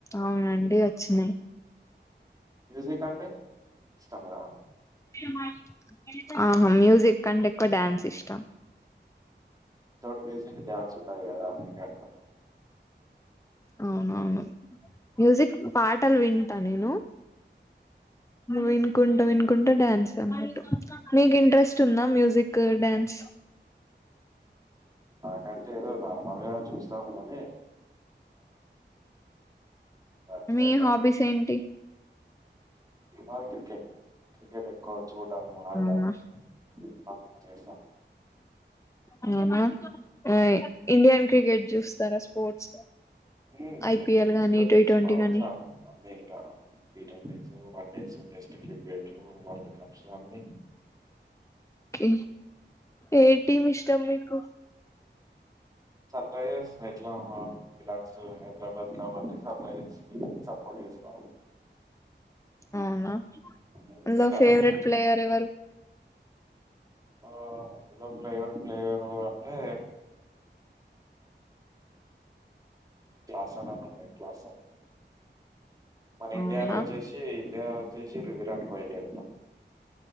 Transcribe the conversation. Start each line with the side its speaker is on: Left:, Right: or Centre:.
Left: అవునండి వచ్చినయి
Right: మ్యూజిక్ అంటే ఇష్టమా
Left: మ ఆహా మ్యూజిక్ కంటే ఎక్కువ డ్యాన్స్ ఇష్టం
Right: వితౌట్ బేసిక్ డాన్స్ ఉంటది కదా అందుకే అంటన్నా
Left: అవునవును మ్యూజిక్ పాటలు వింటా నేను వినుకుంటు వినుకుంటు డ్యాన్స్ అనమాట మీకు ఇంట్రెస్ట్ ఉందా మ్యూజిక్ డ్యాన్స్
Right: కంటే ఏదో నార్మల్ గా చూస్తాము కానీ అట్లేం
Left: మీ
Right: లేదు.
Left: హాబీస్ ఏంటి
Right: బాల్ క్రికెట్ క్రికెట్ ఎక్కువ చూడ్డాము ఆడడము
Left: అవునా
Right: అవును చేసా
Left: అవునా ఏయ్ ఇండియన్ క్రికెట్ చూస్తారా స్పోర్ట్స్
Right: <unintelligible>
Left: ఐపిఎల్
Right: స్పోర్ట్స్
Left: గానీ
Right: ఆ
Left: టీ
Right: స్పోర్ట్స్
Left: ట్వంటీ గానీ
Right: అన్నీ ఇక T twenty one days test cricket world cups అన్ని
Left: కే ఏ టీం ఇష్టం మీకు
Right: సన్ రైజర్స్ ఎట్లా మనం బిలాన్గ్స్ టూ హైదరాబాద్ కాబట్టి సన్ రైజర్స్ కి సపోర్ట్ చేస్తాం
Left: అవునా
Right: అవి చూస్తారా
Left: లో ఫేవరెట్
Right: మీరు
Left: ప్లేయర్ ఎవరు
Right: ఆ అందులో ఫేవరెట్ ప్లేయర్ అంటే క్లాసన్ అనుండె క్లాసన్ మన ఇండియాలో
Left: అవునా
Right: వచ్చేసి ఇండియాలో వచ్చేసి <unintelligible> విరాట్ కోహ్లీ అంటా